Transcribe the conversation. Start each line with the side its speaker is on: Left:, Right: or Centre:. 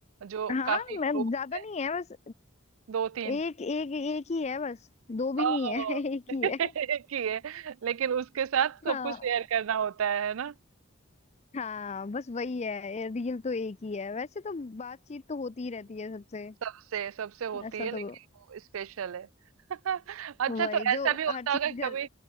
Right: जो
Left: हाँ
Right: काफी
Left: मैं
Right: क्लोज
Left: ज्यादा
Right: है
Left: नहीं है बस
Right: दो तीन
Left: एक एक एक ही है बस दो भी नहीं
Right: ओह!
Left: है <laughs> एक
Right: <laughs>
Left: ही
Right: किए
Left: है
Right: लेकिन उसके साथ सब
Left: हाँ
Right: कुछ शेयर करना होता है ना?
Left: हाँ बस वही है रियल तो एक ही है वैसे तो बातचीत तो होती ही रहती है सबसे
Right: सबसे सबसे होती
Left: ऐसा
Right: है लेकिन
Left: तो
Right: वो स्पेशल है। <laughs> अच्छा
Left: वही
Right: तो
Left: जो
Right: ऐसा भी होता
Left: हर चीज
Right: होगा कि
Left: घर
Right: कभी